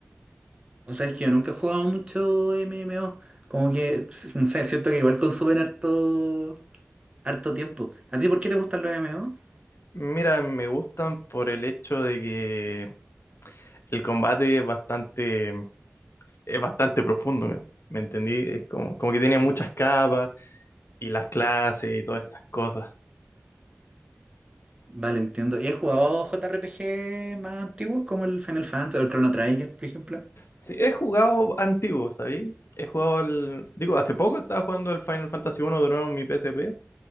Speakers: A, on the right; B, on the left.
A: O sea, es que yo nunca he jugado mucho MMO. Como que, s- no sé, siento que igual consumen harto, harto tiempo. ¿A ti por qué te gustan los MMO?
B: Mira, me gustan por el hecho de que el combate es bastante, es bastante profundo, ¿me, me entendí? Es como, como que tiene muchas capas y las clases y todas estas cosas.
A: Vale, entiendo. ¿Y has jugado JRPG más antiguos como el Final Fantasy o el Chrono Trigger, por ejemplo?
B: Sí, he jugado antiguo, ¿sabes? He jugado el... Digo, hace poco estaba jugando el Final Fantasy uno de nuevo en mi PSP.